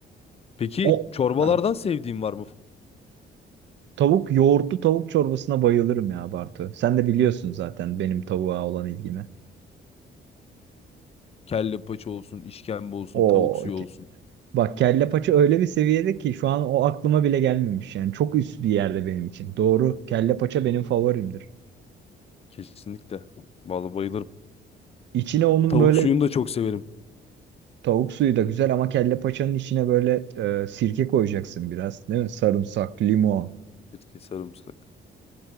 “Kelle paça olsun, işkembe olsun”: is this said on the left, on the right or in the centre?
Left